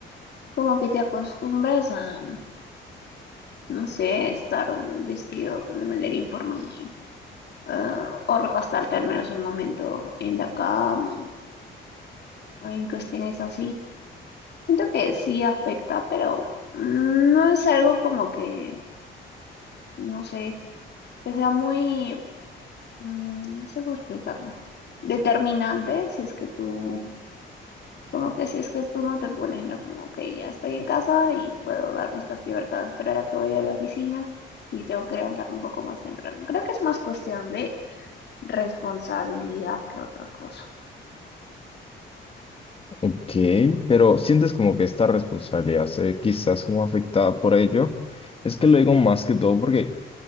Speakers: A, on the left; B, on the left.
A: como que te acostumbras a, no sé, estar vestido de manera informal, ah, o recostarte al menos un momento en la cama, o en cuestiones así. Siento que sí afecta, pero mm, no es algo como que, no sé, que sea muy, mm, no sé cómo explicarlo, determinante si es que tú Como que si es que tú no te pones, ¿no? Como, que ya estoy en casa y puedo darme estas libertades, pero ahora que voy a la oficina y tengo que levantarme un poco más temprano. Creo que es más cuestión de responsabilidad que otra cosa.
B: Ok, pero sientes como que esta responsabilidad se ve quizás como afectada por ello. Es que lo digo más que todo porque